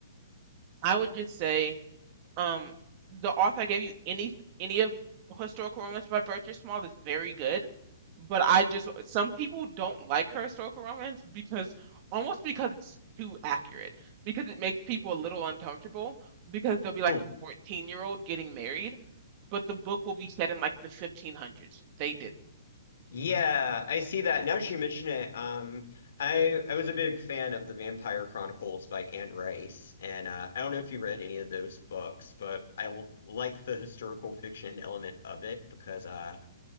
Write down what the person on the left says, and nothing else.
Hmm.
Yeah, I see that. Now that you mention it, um, I I was a big fan of The Vampire Chronicles by Anne Rice, and uh, I don't know if you read any of those books, but I l- like the historical fiction element of it because uh,